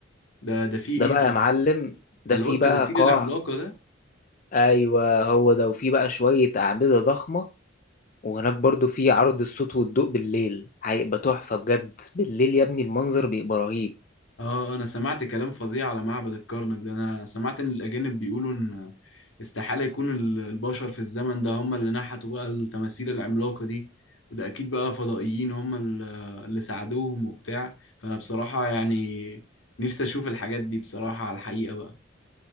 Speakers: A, on the left (about 70°); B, on the left (about 40°).
A: ده ده في
B: ده
A: ايه
B: بقى
A: بقى
B: يا معلم ده
A: ده اللي
B: فيه
A: هو التماثيل
B: بقى قاع
A: العملاقة ده
B: ايوه هو ده وفيه بقى شوية اعمدة ضخمة وهناك برضو في عرض الصوت والضوء بالليل هيبقى تحفة بجد بالليل يا ابني المنظر بيبقى رهيب
A: اه انا سمعت كلام فظيع على معبد الكرنك ده انا سمعت ان الاجانب بيقولوا ان استحالة يكون ال- البشر في الزمن ده هم اللي نحتوا بقى التماثيل العملاقة دي وده اكيد بقى فضائيين هم ال- اللي ساعدوهم وبتاع فانا بصراحة يعني نفسي اشوف الحاجات دي بصراحة على الحقيقة بقى